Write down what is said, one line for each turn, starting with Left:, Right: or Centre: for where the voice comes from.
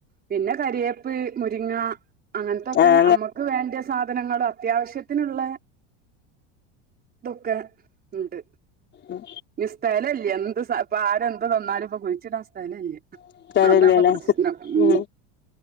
Right: പിന്നെ കരിയേപ്പ് മുരിങ്ങ അങ്ങനത്തൊക്കെ
Left: ആഹ്
Right: അമ്മുക്ക് വേണ്ട സാധനങ്ങളും അത്യാവശ്യത്തിനുള്ള ഇതൊക്കെ ഉണ്ട്
Left: ഉം
Right: ഇ സ്ഥലമില്ല എന്ത് ഇപ്പൊ ആരെന്ത് തന്നാലും ഇപ്പൊ കുഴിച്ചിട ആ സ്ഥലമില്ല
Left: അങ്ങൻത്തോരല്ലല്ലേ
Right: അതാഇപ്പ പ്രശ്നം ഉ
Left: ഉം